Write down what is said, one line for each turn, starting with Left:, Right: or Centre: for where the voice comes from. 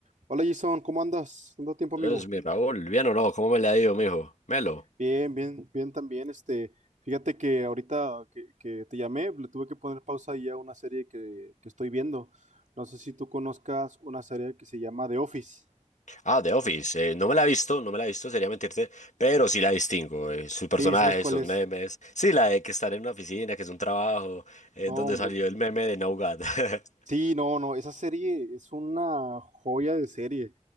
Right: Hola Jason, ¿cómo andas? ¿Cuánto tiempo, amigo?
Left: Entonces, mi Raúl, bien o no, ¿cómo me la ha ido, mijo? Melo.
Right: Bien, bien, bien también. Este, fíjate que ahorita que, que te llamé, le tuve que poner pausa ahí a una serie que, que estoy viendo. No sé si tú conozcas una serie que se llama The Office.
Left: Ah, The Office. eh, no me la he visto, no me la he visto, sería mentirte, pero sí la distingo. eh, sus
Right: Sí,
Left: personajes,
Right: ¿sabes cuál
Left: sus
Right: es?
Left: memes. Sí, la de que estar en una oficina, que es un trabajo, eh,
Right: No,
Left: donde
Right: hombre,
Left: salió el meme de No God. <laughs>
Right: Sí, no, no, esa serie es una joya de serie.